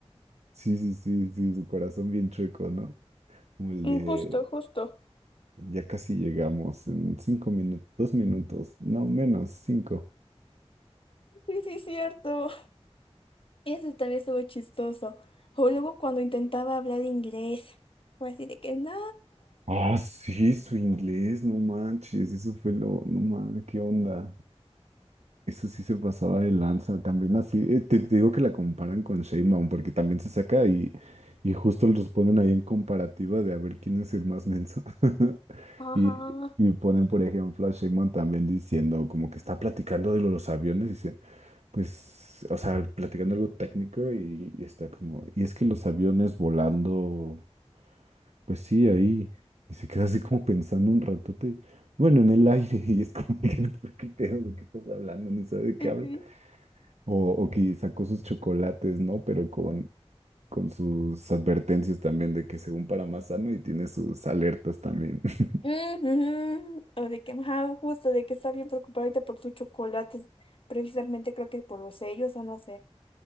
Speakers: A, on the right; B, on the left.
A: Sí, sí, sí, sí, su corazón bien chueco, ¿no? Como el
B: Mm,
A: de,
B: Justo, justo.
A: ya casi llegamos en cinco minutos, dos minutos, no, menos, cinco.
B: Sí, sí, cierto. Eso también estuvo chistoso. O luego cuando intentaba hablar inglés, fue así de que no.
A: Ah, sí, su inglés, no manches, eso fue lo, no mames, qué onda. Eso sí se pasaba de lanza. También así, eh, te, te digo que la comparan con Sheinbaum, porque también se saca y, y justo los ponen ahí en comparativa de a ver quién es el más menso. <laughs>
B: Ajá.
A: Y, y ponen, por ejemplo, a Sheinbaum también diciendo como que está platicando de los aviones, dice, pues, o sea, platicando algo técnico y, y está como, y es que los aviones volando. Pues sí, ahí. Y se queda así como pensando un ratote. Bueno, en el aire. <laughs> Y es como, que, "No, pues, ¿qué pedo? ¿De qué estás hablando? Ni sabe de qué
B: Sí,
A: habla.
B: sí.
A: O, o que sacó sus chocolates, ¿no? Pero con, con sus advertencias también de que según para más sano y tiene sus alertas también. <laughs>
B: Ujú. O de que, ajá, justo, de que está bien preocupada ahorita por sus chocolates. Precisamente creo que por los sellos o no sé.